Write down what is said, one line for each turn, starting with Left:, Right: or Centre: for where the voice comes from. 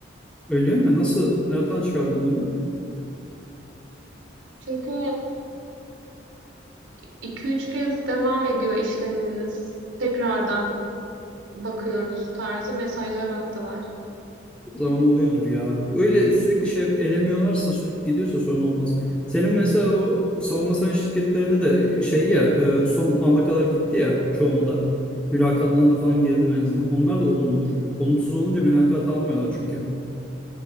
Centre: Öyle mi? Nasıl? Nereden çıkardın bunu?
Right: Çünkü 2 üç kez devam ediyor işleminiz. Tekrardan bakıyoruz tarzı mesajlar attılar.
Centre: zaman oluyordur ya. Öyle sürekli şey yap- elemiyorlarsa sürekli gidiyorsa sorun olmaz. Senin mesela o savunma sanayi şirketlerine de e, şey ya e, son ana kadar gitti ya çoğunda. Mülakatlarına falan girdin en azından. Onlar da olumludur. Olumsuz olunca mülakat almıyorlar çünkü.